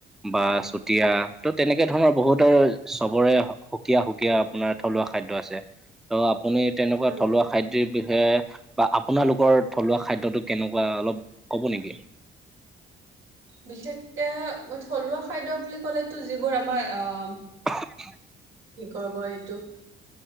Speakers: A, in the centre; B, on the right (about 85°).
A: বা চুতিয়া ত' তেনেকে ধৰণৰ বহুতৰ চবৰে সুকীয়া সুকীয়া আপোনাৰ থলুৱা খাদ্য আছে, ত' আপুনি তেনেকুৱা
B: হয়
A: থলুৱা খাদ্যৰ বিষয়ে বা আপোনালোকৰ থলুৱা খাদ্যটো কেনেকুৱা অলপ ক'ব নেকি?
B: বিশেষকৈ থলুৱা খাদ্য বুলি ক'লেতো যিবোৰ আমাৰ
A: <inaudible>
B: কি কৰিব এইটো